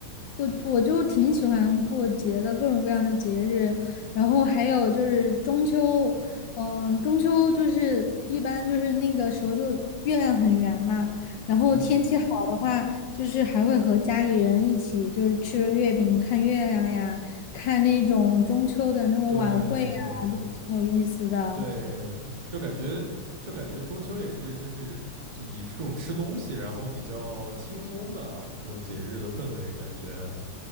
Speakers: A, on the left (about 70°); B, on the right (about 30°).
A: 我我就挺喜欢过节的，各种各样的节日，然后还有就是中秋，嗯，中秋就是一般就是那个时候就月亮很圆嘛，然后天气好的话，
B: 嗯，
A: 就是还会和家里人一起就是吃着月饼看月亮呀，看那种中秋的那种晚会呀，
B: 对
A: 挺有意思的。
B: 对，就感觉就感觉中秋也是就是以这种吃东西，然后比较轻松的啊这种节日的氛围，感觉